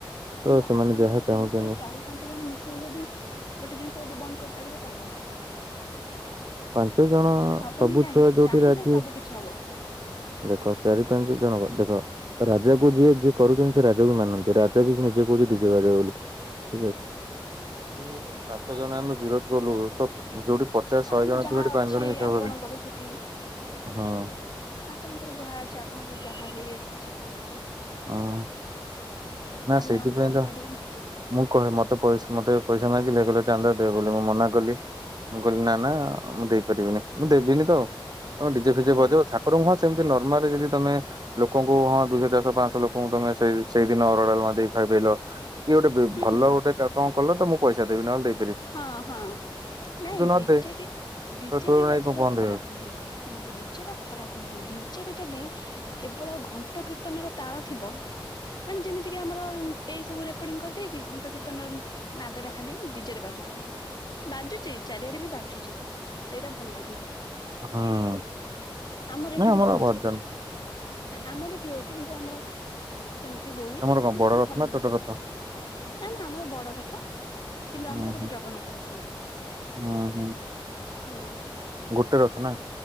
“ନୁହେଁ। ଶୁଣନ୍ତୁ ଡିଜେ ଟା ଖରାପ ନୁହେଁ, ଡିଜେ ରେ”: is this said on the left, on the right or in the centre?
Left